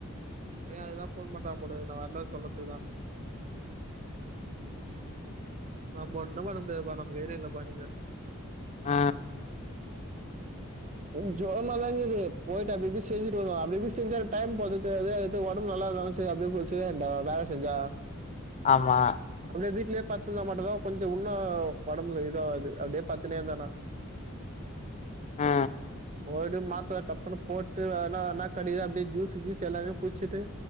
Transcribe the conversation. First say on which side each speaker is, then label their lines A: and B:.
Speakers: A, on the right; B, on the left.
A: இப்பயு அதுக்குதா ஃபோன் பண்றா போலக்குது நா வர்ல சொல்றத்துக்குதா நம்ம ஒன்னு பண்ண முடியாதுபா நம்ம ஏரியா இல்லப்பா நீங்க
B: அ
A: கொஞ்ச ஜொரமா தானங்குது போயிட்டு அப்டிப்டி செஞ்சுட்டு வருவோ அப்டிப்டி செஞ்சா டைம் போறது தெரியாது அத்து ஒடம்பு நல்லான்னா செரி அப்டி போ செய்யாண்டா வேல செஞ்சா
B: ஆமா
A: அப்டியே வீட்லே பத்துந்தா மட்டுதா கொஞ்சொ உன்னொ ஒடம்புல இதாவாது அப்டியே பத்துனேந் தானா
B: ஆ
A: போடு மாத்ர டப்புன்னு போட்டு என்னா அனா கடிக்தொ அப்டியே ஜூஸு கீஸு எல்லாமே குடிச்சிட்டு